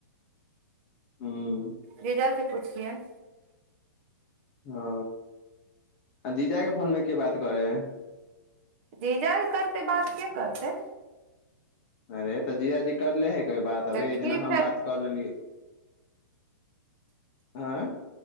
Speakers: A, on the left; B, on the right.
A: हूं
B: जीजा से पुछियैन।
A: ओ आ जीजा के फोन में के बात करय हैय?
B: जीजा करतै बात के करतै।
A: अरे तऽ जीजाजी करले हय कभी बात अभी
B: देखी
A: जेना हम
B: फेर
A: बात कऽ लेलियै हँ।